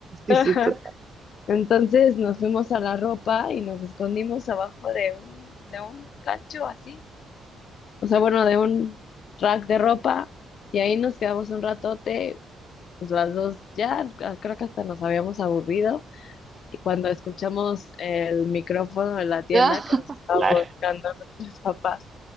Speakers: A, on the right; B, on the left.
A: sí,
B: <laughs>
A: sí, total. <laughs>
B: Entonces nos fuimos a la ropa y nos escondimos abajo de un, de un cacho así o sea, bueno, de un rack de ropa y ahí nos quedamos un ratote, pues las dos ya, ah, creo que hasta nos habíamos aburrido y cuando escuchamos el micrófono de la tienda
A: Ah,
B: que nos estaba
A: claro,
B: buscando nuestros papás